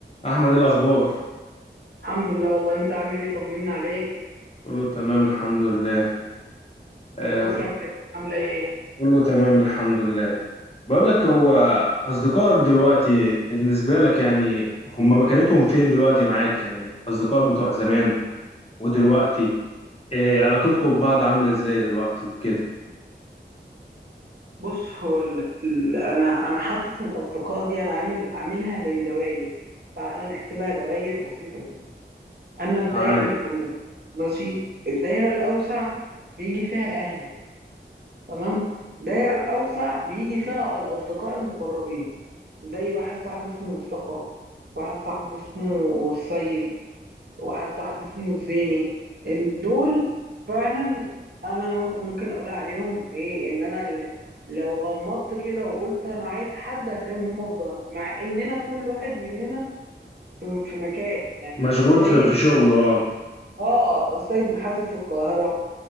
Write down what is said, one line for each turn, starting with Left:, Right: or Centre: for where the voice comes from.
Left: احمد إيه الاخبار
Right: الحمد لله والله انت عامل ايه طمنا عليك
Left: كله تمام الحمد لله آه
Right: والاسره الك- عامله ايه
Left: كله تمام الحمد لله بقول لك هو اصدقائك دلوقتي بالنسبه لك يعني هم مكانتهم فين دلوقتي معاك يعني اصدقائك بتوع زمان ودلوقتي إيه علاقتكم ببعض عامله ازاي دلوقتي وكده
Right: بص هو ال... ال... انا انا حاطط الاصدقاء دي انا عامل عاملها زي دواير كده تعالى نحسبها دواير بسيطه جدا انا الدايره
Left: تعال
Right: اللي في النص ماشي الدايره الاوسع بيجي فيها اهلي تمام الدايره الاوسع بيجي فيها الاصدقاء المقربين زي واحد صاحبي اسمه مصطفى واحد صاحبي اسمه السيد وواحد صاحبي اسمه الزيني ال- دول فعلا انا م- ممكن اقول عليهم ايه ان انا ل- لو غمضت كده وقلت انا عايز حد هتلاقيهم هم في ظهري مع اننا كل واحد مننا في, في مكان يعني
Left: مشغول
Right: السيد
Left: في في شغله اه
Right: اه السيد محاسب في القاهرة